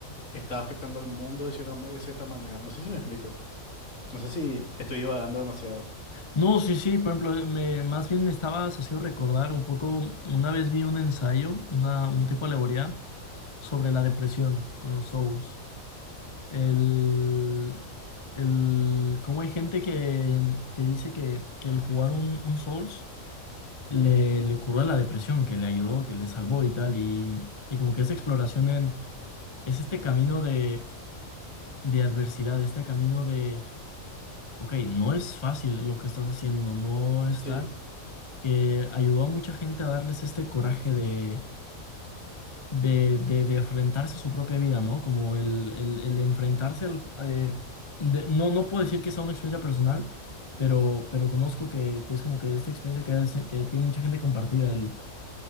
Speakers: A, on the left; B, on the left.
A: está afectando al mundo de cierta, ma- de cierta manera. No sé si me explico, no sé si estoy divagando demasiado.
B: No, sí, sí, por ejemplo, eh, me, más bien me estaba haciendo recordar un poco, una vez vi un ensayo, una, un tipo de alegoría sobre la depresión con los souls. El, el, cómo hay gente que, que dice que, que el jugar un, un souls le, le curó la depresión, que le ayudó, que le salvó y tal, y, y como que esa exploración en es este camino de, de adversidad, este camino de, ok, no es fácil lo que estás haciendo, no está,
A: Sí.
B: que ayudó a mucha gente a darles este coraje de, de, de, de enfrentarse a su propia vida, ¿no? Como el, el, el enfrentarse al... ju- eh, de- no, no puedo decir que sea una experiencia personal, pero, pero conozco que, que es como que esta experiencia que, hace- que tiene mucha gente compartida, el...